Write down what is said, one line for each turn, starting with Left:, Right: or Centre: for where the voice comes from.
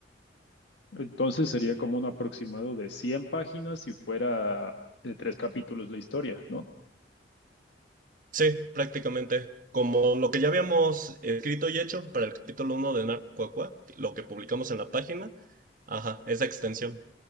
Left: Entonces sería como un aproximado de 100 páginas si fuera de tres capítulos la historia, ¿no?
Right: Sí, prácticamente. Como lo que ya habíamos escrito y hecho para el capítulo uno de Narco Cuacuá, lo que publicamos en la página, ajá, esa extensión.